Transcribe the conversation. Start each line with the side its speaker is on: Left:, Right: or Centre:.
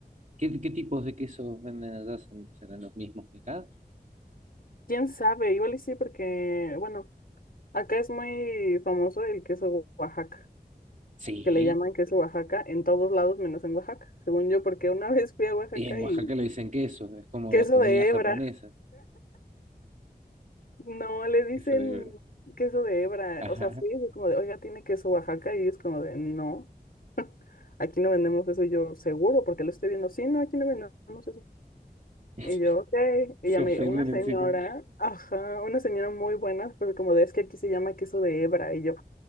Right: ¿qué, qué tipos de quesos venden allá? ¿Son- ¿Serán los mismos que acá?
Left: ¿Quién sabe? Igual y sí, porque, bueno, acá es muy famoso el queso Oaxaca,
Right: Sí.
Left: que le llaman queso Oaxaca en todos lados menos en Oaxaca, según yo, porque una <laughs> vez fui a Oaxaca
Right: Y en Oaxaca
Left: y
Right: le dicen queso, es como
Left: queso
Right: la comida
Left: de
Right: japonesa,
Left: hebra, no, le dicen
Right: queso de hebra.
Left: queso de hebra,
Right: Ajá.
Left: o sea, fui y fue como de, oiga, tiene queso Oaxaca y es como de, no, aquí no vendemos eso, y yo seguro, porque lo estoy viendo, sí, no, aquí no vendemos eso.
Right: <laughs>
Left: Y yo, ok. Y
Right: Se
Left: ya me
Right: ofenden
Left: dijo, una señora,
Right: encima.
Left: ajá, una señora muy buena, pero como de, es que aquí se llama queso de hebra. Y yo,